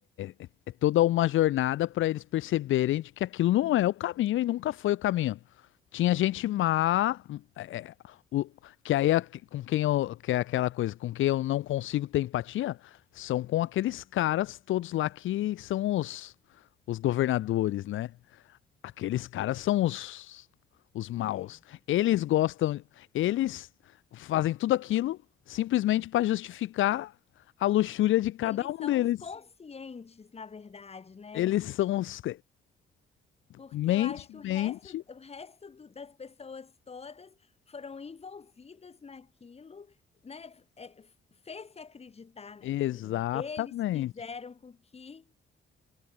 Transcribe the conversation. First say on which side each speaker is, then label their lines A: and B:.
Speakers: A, on the left; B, on the left.
A: é- é- é é toda uma jornada para eles perceberem de que aquilo não é o caminho e nunca foi o caminho. Tinha gente má, é, é, o- que aí é que- com quem eu, que é aquela coisa, com quem eu não consigo ter empatia, são com aqueles caras todos lá que são os, os governadores, né? Aqueles caras são os, os maus.
B: é,
A: Eles gostam, eles fazem tudo aquilo simplesmente para justificar a luxúria de cada
B: eles
A: um
B: são
A: deles.
B: os conscientes, na verdade, né?
A: Eles são os.
B: Porque
A: Mente,
B: eu acho que o resto,
A: mente.
B: o resto do- das pessoas todas foram envolvidas naquilo, né? É, fez-se acreditar naquilo,
A: Exatamente.
B: né? Eles fizeram com que.